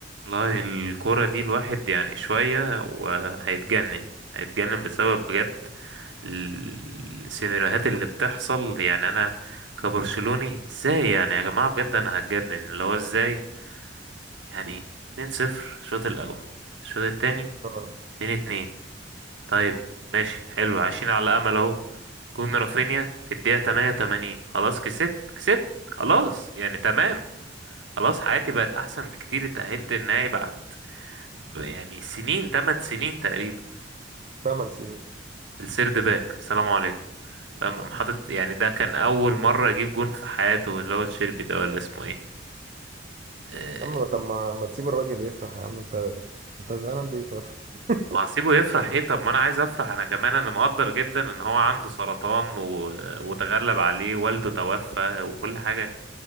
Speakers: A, on the right; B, on the right.
A: والله الكورة دي الواحد يعني شوية وهيتجنن هيتجنن بسبب بجد ال- السيناريوهات اللي بتحصل يعني أنا كبرشلوني ازاي يعني يا جماعة بجد أنا هتجنن اللي هو ازاي يعني 2-0 الشوط الأول الشوط التاني
B: اه
A: 2-2 طيب ماشي حلو عايشين على أمل أهو جون رافينيا في الدقيقة 88 خلاص كسبت كسبت خلاص يعني تمام خلاص حياتي بقت أحسن بكتير اتأهلت النهائي بعد ب- يعني سنين 8 سنين تقريبا
B: ثمان سنين
A: السيرد باك سلام عليكم فاهم قام حاطط يعني ده كان اول مره يجيب جون في حياته اللي هو تشيربي ده ولا اسمه ايه أه
B: اما طب ما ما تسيب الراجل يفرح يا عم انت انت زعلان ليه طيب <laughs>
A: وهسيبه يفرح ايه طب ما انا عايز افرح انا كمان انا مقدر جدا ان هو عنده سرطان و... وتغلب عليه والده توفى وكل حاجه